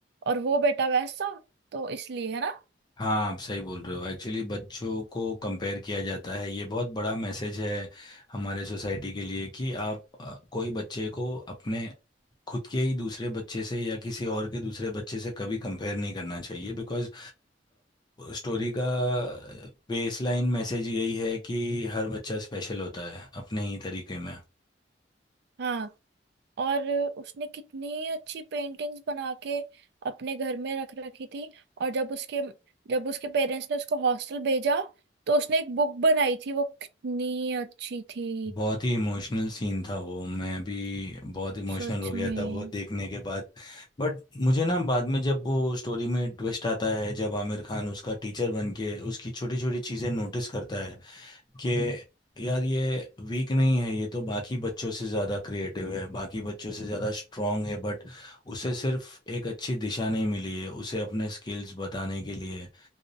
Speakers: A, on the right; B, on the left.
A: और वो बेटा वैसा तो इसलिए है ना
B: हाँ आप सही बोल रहे हो एक्चुअली बच्चों को कंपेयर किया जाता है ये बहुत बड़ा मैसेज है हमारे सोसाइटी के लिए कि आप अ, कोई बच्चे को अपने खुद के ही दूसरे बच्चे से या किसी और के दूसरे बच्चे से कभी कंपेयर नहीं करना चाहिए बिकॉज स्टोरी का बेसलाइन मैसेज यही है कि हर बच्चा स्पेशल होता है अपने ही तरीके में
A: हाँ और उसने कितनी अच्छी पेंटिंग्स बना के अपने घर में रख रखी थी और जब उसके जब उसके पेरेंट्स ने उसको हॉस्टल भेजा तो उसने एक बुक बनाई थी वो कितनी अच्छी थी
B: बहुत ही इमोशनल सीन था वो मैं भी बहुत इमोशनल
A: सच
B: हो गया
A: में
B: था वो देखने के बाद बट मुझे ना बाद में जब वो स्टोरी में ट्विस्ट आता है जब आमिर खान उसका टीचर बन के उसकी छोटी छोटी चीज़ें नोटिस करता है कि यार ये वीक नहीं है ये तो बाकी बच्चों से ज़्यादा क्रिएटिव है बाकी बच्चों से ज़्यादा स्ट्रांग है बट उसे सिर्फ एक अच्छी दिशा नहीं मिली है उसे अपने स्किल्स बताने के लिए